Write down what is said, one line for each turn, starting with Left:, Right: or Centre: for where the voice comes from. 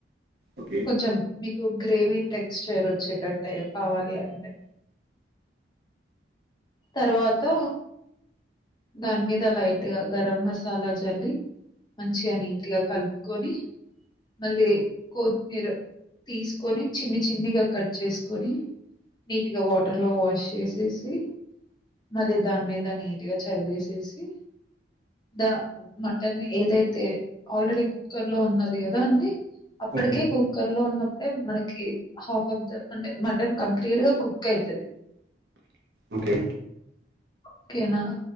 Right: ఓకే
Left: కొంచెం మీకు గ్రేవీ టెక్స్చైర్ వచ్చేటట్టే కావాలి అంటే తర్వాత దాని మీద లైట్గా గరం మసాలా చల్లి మంచిగా నీట్ గా కలుపుకొని మళ్ళీ కొత్తిమీర తీసుకొని చిన్ని చిన్నిగా కట్ చేసుకొని నీట్గా వాటర్ లో వాష్ చేసేసి మళ్ళీ దాని మీద నీట్గా చల్లేసేసి ద మటన్ ఏదైతే ఆల్రెడీ కుక్కర్ లో ఉన్నది కదా అండి అప్పటికే
Right: ఓకే
Left: కుక్కర్ లో ఉన్నప్పుడే మనకి హాఫ్ ఆఫ్ ద అంటే మటన్ కంప్లీట్ గా కుక్ అయితది
Right: ఓకే
Left: ఓకేనా